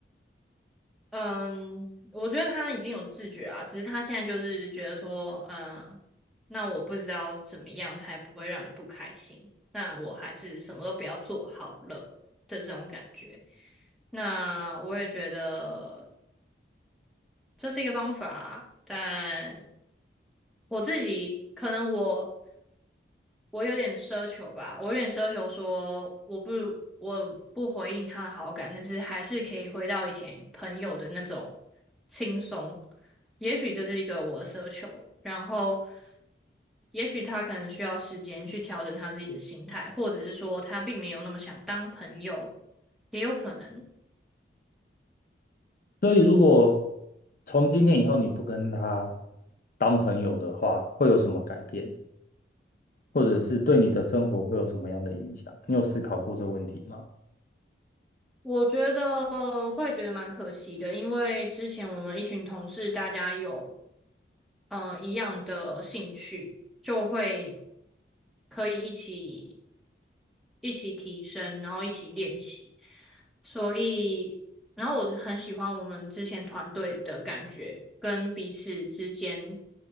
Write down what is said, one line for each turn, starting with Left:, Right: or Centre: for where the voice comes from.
Centre: 嗯，我觉得他已经有自觉啊，只是他现在就是觉得说，嗯，那我不知道怎么样才不会让你不开心，那我还是什么都不要做好了的这种感觉。那我也觉得。这是一个方法，但我自己可能我我有点奢求吧，我有点奢求说我不我不回应他的好感，但是还是可以回到以前朋友的那种轻松。也许这是一个我的奢求，然后也许他可能需要时间去调整他自己的心态，或者是说他并没有那么想当朋友，也有可能。
Left: 所以如果从今天以后你不跟他当朋友的话，会有什么改变，或者是对你的生活会有什么样的影响？你有思考过这问题吗？
Centre: 我觉得呃会觉得蛮可惜的，因为之前我们一群同事大家有嗯一样的兴趣，就会可以一起一起提升，然后一起练习。所以，然后我是很喜欢我们之前团队的感觉，跟彼此之间